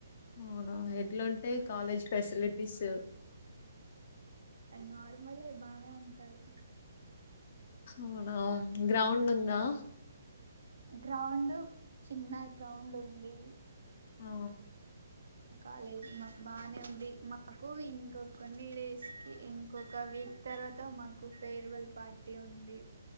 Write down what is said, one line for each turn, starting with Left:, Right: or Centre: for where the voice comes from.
Left: అవునా ఎట్లుంటాయి కాలేజ్ ఫెసిలిటీస్
Right: నార్మలే బానే ఉంటాయి.
Left: అవునా గ్రౌండ్ ఉందా
Right: గ్రౌండ్ చిన్న గ్రౌండ్ ఉంది.
Left: ఆ
Right: కాలేజ్ మాకు బానే ఉంది. మాకు ఇంకొ కొన్ని డేస్ కి, ఇంకొక వీక్ తర్వాత మాకు ఫేర్వెల్ పార్టీ ఉంది.